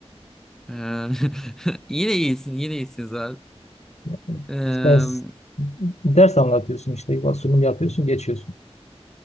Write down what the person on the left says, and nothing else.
Yani
işte ders, ders anlatıyorsun işte İkbal sunum yapıyorsun geçiyorsun.